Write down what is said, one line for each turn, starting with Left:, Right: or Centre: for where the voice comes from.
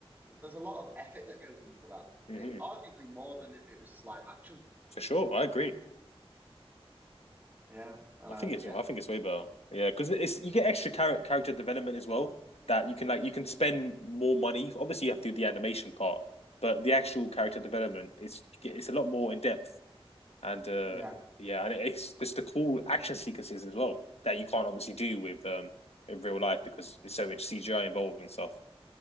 Right: there's a lot of effort that goes into that.
Left: hmm
Right: It, arguably more than if it was just live action.
Left: for sure. I agree.
Right: Yeah, and
Left: I
Right: uh,
Left: think it's
Right: yeah.
Left: I think it's way better. Yeah, because it's you get extra character character development as well. That you can like you can spend more money. Obviously, you have to do the animation part, but the actual character development is it's a lot more in depth. And uh,
Right: Yeah,
Left: yeah, and it's just the cool action sequences as well that you can't obviously do with um in real life because there's so much CGI involved and stuff.